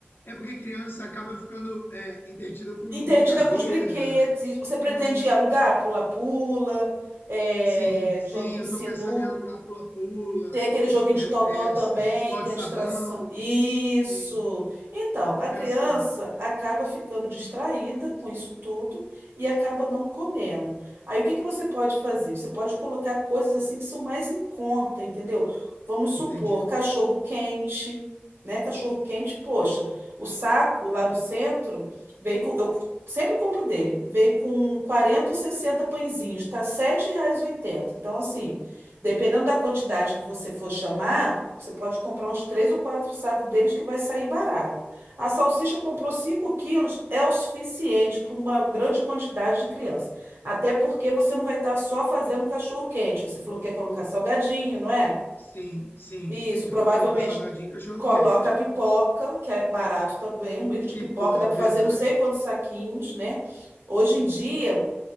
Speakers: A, on the left (about 60°); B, on the right (about 85°).
A: É porque criança acaba ficando é, entretida com
B: Entretida
A: brincadeira,
B: com os brinquedos. e Você pretende
A: com.
B: alugar pula-pula, é,
A: Sim, sim,
B: joguinho
A: eu
B: de
A: estou
B: sinu,
A: pensando em alugar pula-pula,
B: Tem aquele joguinho
A: é,
B: de totó
A: é-
B: também,
A: é futebol
B: que
A: de
B: é
A: sabão,
B: distração. Isso!
A: sim.
B: Então,
A: Eu estou
B: a
A: pensando,
B: criança acaba ficando distraída com isso tudo e acaba não comendo. Aí, o que que você pode fazer? Você pode colocar coisas assim que são mais em conta, entendeu? Vamos supor,
A: entendi.
B: cachorro quente, né? Cachorro quente, poxa, o saco lá no centro vem com. Eu sempre compro dele, vem com 40 ou 60 pãezinhos, tá R$ sete reais e oitenta Então, assim. Dependendo da quantidade que você for chamar, você pode comprar uns três ou quatro sacos deles que vai sair barato. A salsicha comprou 5 quilos, é o suficiente para uma grande quantidade de criança. Até porque você não vai estar só fazendo cachorro-quente. Você falou que quer colocar salgadinho, não é?
A: Sim, sim.
B: Isso,
A: Eu
B: provavelmente
A: quero colocar salgadinho e cachorro
B: coloca
A: quente.
B: pipoca, que é barato também. Um milho de
A: Pipoca,
B: pipoca dá para
A: verdade.
B: fazer não sei quantos saquinhos, né? Hoje em dia,